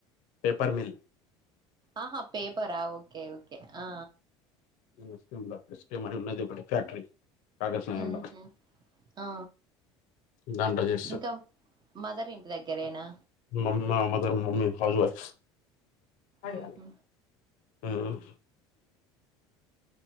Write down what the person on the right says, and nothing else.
ఆహా పేపరా ఓకే ఓకే ఆ
ఊహూ
ఆ
ఇంకా మదర్ ఇంటి దగ్గరేనా
ఉహు